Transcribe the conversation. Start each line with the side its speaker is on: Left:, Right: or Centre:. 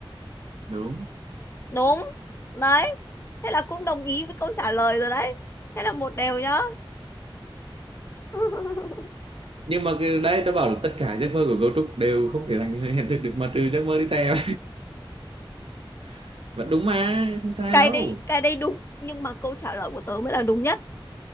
Right: đúng
Left: đúng đấy thế là cũng đồng ý với câu trả lời rồi đấy thế là một đều nhá <laughs>
Right: nhưng mà cái đấy tớ bảo là tất cả giấc mơ của cấu trúc đều không thể thành hiện thực được mà trừ giấc mơ đi theo <laughs> vẫn đúng mà không sai
Left: cái
Right: đâu
Left: đấy cái đấy đúng nhưng mà câu trả lời của tớ mới là đúng nhất